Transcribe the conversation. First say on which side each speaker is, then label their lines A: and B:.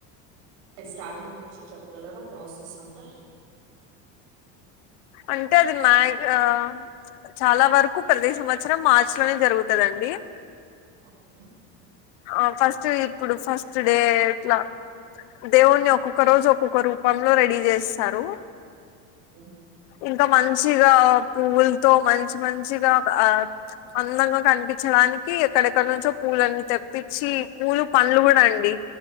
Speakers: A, on the right (about 70°); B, on the left (about 70°).
A: మీ స్టార్టింగ్ నుంచి చెప్పగలరా ప్రాసెస్ అంతా
B: అంటే అది మ్యా ఆ చాలా వరకు ప్రతి సంవత్సరం మార్చి లోనే జరుగుతదండి అీ
A: ఓకే
B: ఆ ఫస్ట్ ఇప్పుడు ఫస్ట్ డే ఇట్లా దేవుణ్ణి ఒక్కొక్క రోజు ఒక్కొక్క రూపంలో రెడీ జేస్తారు
A: కే
B: ఇంకా మంచిగా పువ్వుల్తో మంచి మంచిగా ఆ అందంగా కనిపించడా నికి ఎక్కడెక్కడ నుంచో పూలన్ని తెప్పించి పూలు పండ్లు గూడా అండి